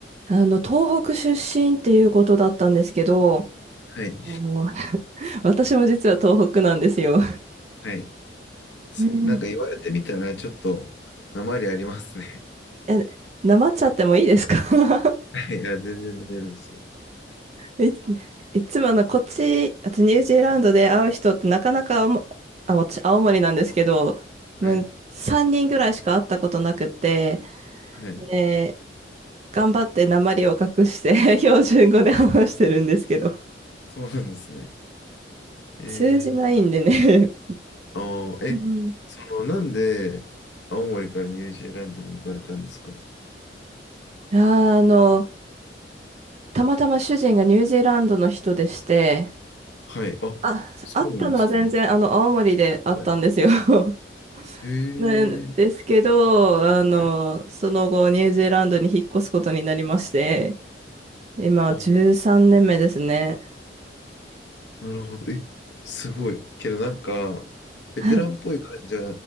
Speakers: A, on the right (about 35°); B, on the left (about 75°).
A: あの、東北出身っていうことだったんですけど、
B: はい。
A: あの <laughs> 私も実は東北なんですよ。
B: はい。すなんか言われてみたら、
A: うん。
B: ちょっと、なまりありますね。
A: え、なまっちゃってもいいですか <laughs>
B: <laughs> はい。いや、全然大丈夫ですよ。
A: い、いつもあの、こっち、あとニュージーランドで会う人ってなかなか青も、
B: はい。
A: あ、私、青森なんですけど、
B: はい。
A: もう3人ぐらいしか会ったことなくて、
B: はい。
A: で、頑張ってなまりを隠して <laughs> 標準語で話してるんですけど、
B: あ、そうなんですね。えー、
A: 通じないんでね
B: あー、え、
A: うん。
B: その、なんで、青森からニュージーランドに行かれたんですか
A: <laughs> あの、たまたま主人がニュージーランドの人でして、
B: はい。あ、
A: あ、
B: そうなんですね。
A: 会ったのは全然、あの、青森で会ったんですよ。
B: はい。
A: <laughs>
B: えー、
A: ね、ですけど、あの、
B: はい。
A: その後、ニュージーランドに引っ越すことになりまして、今、
B: あ、
A: 13年目ですね。
B: なるほど。え、すごい。けどなんか、ベテランっぽい感じは、
A: はい。